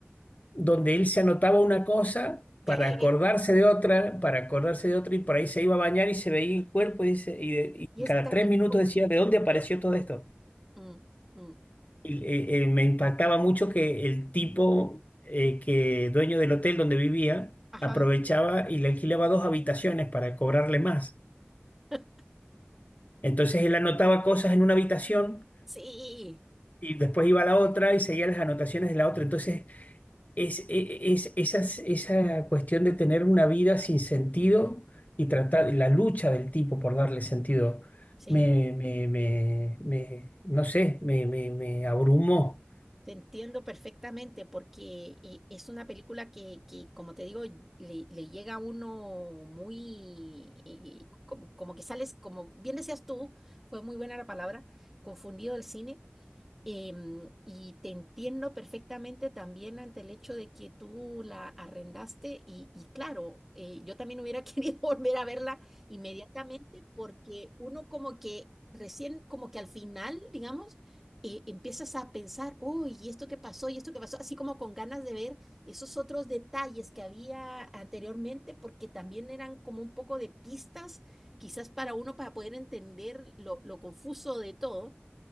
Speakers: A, on the left; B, in the centre.
A: donde él se anotaba una cosa para
B: <laughs> sí.
A: acordarse de otra, para acordarse de otra, y por ahí se iba a bañar y se veía el cuerpo y, dice, y, de-
B: Y
A: y
B: esta
A: cada tres
B: cuestión.
A: minutos decía, ¿de dónde apareció
B: claro.
A: todo
B: <laughs>
A: esto?
B: Mm, mm.
A: Y, eh, eh, me impactaba mucho que el tipo, eh, que dueño del hotel donde vivía,
B: Ajá,
A: aprovechaba y le alquilaba dos habitaciones para cobrarle más.
B: <laughs>
A: Entonces él anotaba cosas en una habitación
B: sí.
A: y después iba a la otra y seguía las anotaciones de la otra. Entonces es, e- e, es, esas- esa cuestión de tener una vida sin sentido y tratar la lucha del tipo por darle sentido,
B: Sí,
A: me, me, me, me- no sé, me, me, me abrumó.
B: te entiendo perfectamente porque eh, es una película que, que, como te digo, le, le llega a uno muy, eh, como, como que sales, como bien decías tú, fue muy buena la palabra, confundido del cine Em, y te entiendo perfectamente también ante el hecho de que tú la arrendaste y, y claro, eh, yo también hubiera <laughs> querido volver a verla inmediatamente porque uno como que recién, como que al final, digamos, eh, empiezas a pensar, oh, y esto que pasó, y esto que pasó, así como con ganas de ver esos otros detalles que había anteriormente porque también eran como un poco de pistas quizás para uno para poder entender lo, lo confuso de todo.